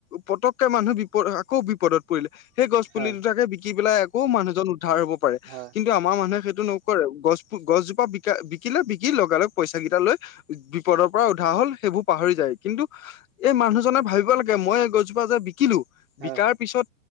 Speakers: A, on the left (about 85°); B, on the right (about 55°).
A: পতককে মানুহ আকৌ বিপদত পৰিলে। সেই গছ পুলি
B: হয়
A: দুটাকে বিকি পেলাই আকৌ মানুহজন উ। হ'ব পাৰে
B: হয়
A: কিন্তু আমাৰ মানুহে সেই। নকৰে, গছ গছজোপা বি বিকিলে বিকি লগে লগ পইচা কেইটা লৈ উ বিপদৰ পৰা উধা। হল সেইবোৰ পাহৰি যায় কিন্তু এই মানুহজনে ভাবিব লাগে মই এই গছজোপা যে বিকিলো
B: হয়
A: বিকাৰাৰ পিছত।